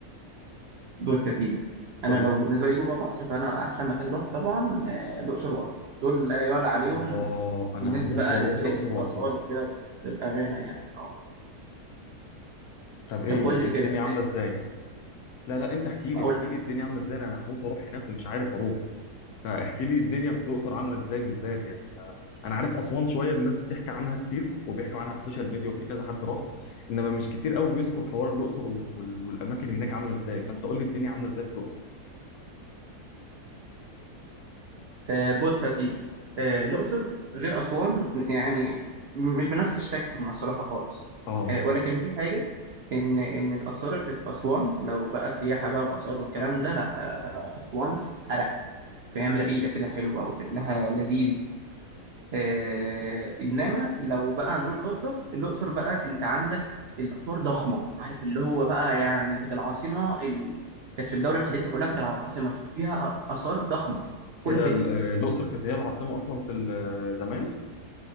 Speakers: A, on the right (about 75°); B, on the left (about 75°).
A: بص يا سيدي أنا
B: قول
A: لو
B: لي
A: بالنسبة لي جوه مصر فأنا أحسن مكان أروح طبعا آه، الأقصر وأسوان دول لا يعلى عليهم
B: الله انا
A: بالنسبة
B: هموت
A: بقى
B: واروح
A: للحاجات
B: الاقصر
A: الآثار
B: واسوان
A: وكده ده بأمانة يعني أه
B: طب ايه
A: طب قول لي
B: إيه الدنيا
A: كده
B: عامله ازاي لا لا انت احكي
A: آه،
B: لي
A: هقول
B: احكي
A: لك
B: لي الدنيا عامله ازاي انا هموت واروح هناك ومش عارف اروح فاحكي لي الدنيا في الاقصر عامله ازاي بالذات يعني انا انا عارف اسوان شويه الناس بتحكي عنها كتير وبيحكوا عنها على السوشيال ميديا وفي كذا حد راح انما مش كتير قوي بيذكر حوار الاقصر وال... والاماكن هناك عامله ازاي فانت قول لي الدنيا عامله ازاي في الاقصر
A: آه، بص يا سيدي آه، الأقصر غير أسوان يعني مش بنفس شكلهم الصراحة خالص
B: اه
A: آه، ولكن في حاجة إن إن الآثار اللي في أسوان لو بقى سياحة بقى وآثار والكلام ده لأ آه، أسوان أرق فاهم رقيقة كده حلوة وشكلها لذيذ آه، إنما لو بقى هنقول الأقصر الأقصر بقى أنت عندك الآثار ضخمة عارف اللي هو بقى يعني كانت العاصمة ال... كانت في الدولة الحديثة كلها كانت العاصمة فيها آثار ضخمة في كل
B: ايه ده
A: حتة
B: ال- آه، الاقصر كانت هي العاصمه اصلا في ال- زمان